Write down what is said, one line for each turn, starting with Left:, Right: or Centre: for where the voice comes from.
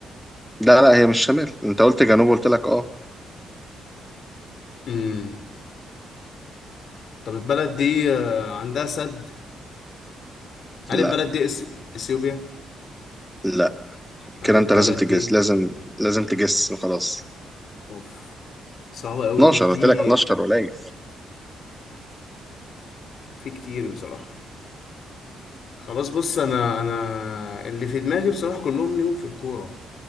Centre: لا لا هي مش شمال انت قلت جنوب قلت لك اه
Left: امم طب البلد دي آه، عندها سد هل
Centre: لا
Left: البلد دي إثي- اثيوبيا
Centre: لا
Left: هل
Centre: كده
Left: البلد
Centre: انت لازم تجس
Left: دي
Centre: لازم لازم تجس خلاص
Left: اوف صعبة قوي
Centre: 12
Left: في كتير
Centre: قلت لك 12 قليل
Left: في كتير بصراحة خلاص بص انا انا اللي في دماغي بصراحة كلهم ليهم في الكورة